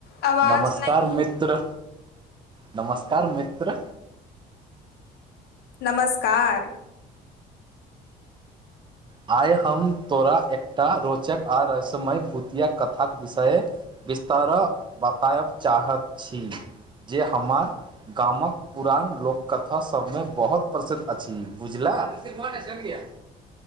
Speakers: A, on the left; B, on the right.
A: आवाज
B: नमस्कार
A: नहि
B: मित्र नमस्कार मित्र
A: नमस्कार
B: आइ हम तोरा एकटा रोचक आ रहसमय भूतिया कथाक विषय बिस्तार बताएब चाहत छी जे हमार गामक पुरान लोककथा सभमे बहुत प्रसिद्ध अछि बुझले हँ तऽ सर म चल गय